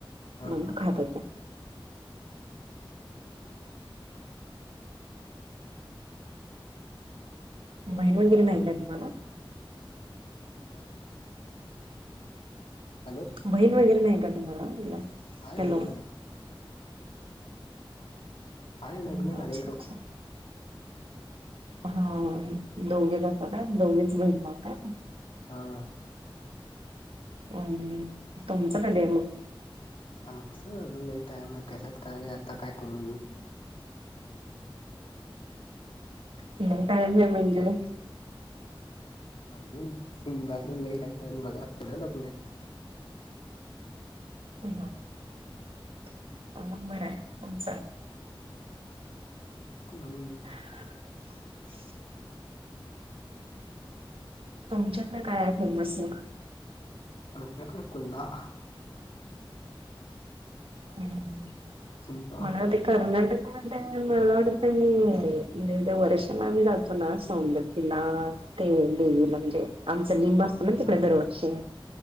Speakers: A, on the left; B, on the right.
A: हा
B: मग
A: हा
B: खात
A: हा
B: होते. बहीन वगैर नाही का तुम्हाला?
A: आ? हॅलो.
B: बहीण वगैरे नाही का तुम्हाला म्हणलं?
A: हाय
B: हॅलो
A: लग्न झाले. हाय
B: हम्म
A: लग्न झाले
B: अच्छा
A: ना.
B: अच्छा
A: <unintelligible>
B: हा दोघेच असता काय? दोघेच बहीण भाऊ काय?
A: हा.
B: हा हा तुमचं कधी आहे मग?
A: आमचं अजून लई टाईम आहे, कशात काय नाही आता काय करून घेऊ?
B: लई टाईम आहे म्हणजे?
A: अजून अजून लई टाईम आहे मग आता का लग्न नाही.
B: हा हा मग बरंय तुमचं.
A: हम्म.
B: <inaudible> तुमच्यातलं काय आहे फेमस मग?
A: आपल्याकडे कुलदा
B: हम्म
A: कुंदा
B: <inaudible> म्हणून ते कर्नाटक
A: हा
B: म्हणतात. मला वाटत मी वर्षान आम्ही जातो ना, सौंदतीला ते देविला म्हणजे, आमचं लिंब असत ना तिकडे,
A: हा
B: दरवरष